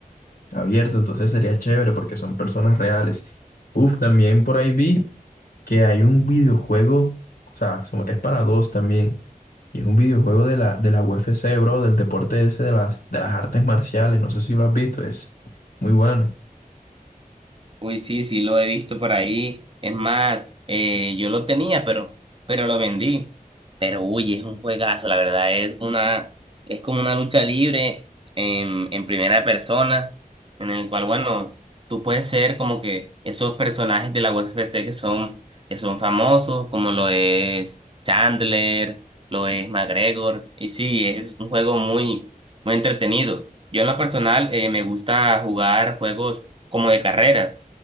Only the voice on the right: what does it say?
Uy, sí, sí, lo he visto por ahí. Es más, eh, yo lo tenía, pero, pero lo vendí. Pero uy, es un juegazo, la verdad, es una, es como una lucha libre en, en primera persona, en el cual, bueno, tú puedes ser como que esos personajes de la UFC que son, que son famosos, como lo es Chandler, lo es McGregor, y sí, es un juego muy, muy entretenido. Yo en lo personal, eh, me gusta jugar juegos como de carreras.